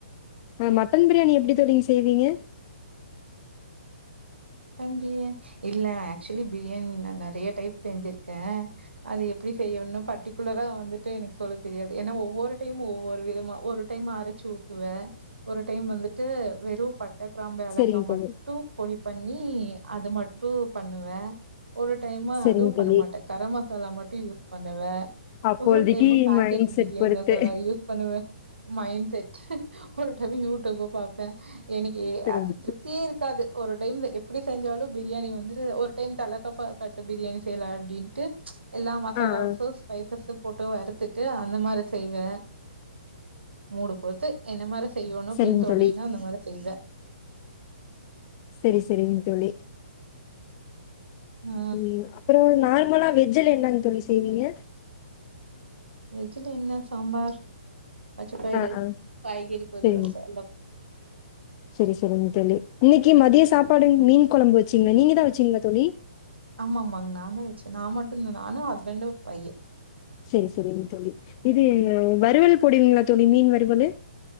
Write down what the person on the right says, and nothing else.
தம் பிரியா இல்ல ஆக்சுவலி பிரியாணி நான் நிறைய டைம் செஞ்சிருக்கேன் அது எப்படி செய்யணும்னு பர்டிகுலரா வந்துட்டு எனக்கு சொல்ல தெரியாது ஏன்னா ஒவ்வொரு டைம் ஒவ்வொரு விதமா ஒரு டைம் அரைச்சு ஊத்துவே ஒரு டைம் வந்துட்டு வெறும் பட் ட கிராம்பு ஏலக்கா
மட்டும் பொடிப் பண்ணி அது மட்டும் பண்ணுவேன் ஒரு டைம்
அதுவும்
பண்ண மாட்டேன் கரம் மசாலா மட்டும் யூஸ் பண்ணுவேன்
ஒரு time packet
biryani
மசாலா யூஸ் பண்ணுவேன் மைண்ட் செட் ஒரு டைம் யூ டுபே பார்ப்பேன் எனக்கு
அது திருப்தியே இருக்காது ஒரு டைம் எப்படி செஞ்சாலும் பிரியாணி வந்து ஒரு டைம் தலைக்கப்பா கட்டு பிரியாணி செய்யலாம் அப்படின்ட்டு எல்லாம் மசாலாஸஸ்
பைசஸ்ஸும் போட்டு வறுத்துட்டு அந்த மாரி செய்வேன் மூடு போத்து என்ன மாரி செய்யணும் அப்படின்னு
தோணுச்சுன்னா
அந்த மாரி செய்வேன்
ஆ
வெஜ்ல என்ன சாம்பார் பச்சப்பயிரு
காய்கறி பொறியல்
ஆமா ஆமாங்க நான்தா வச்சே நா மட்டுந்தா நானு ஹஸ்பண்ட் பைய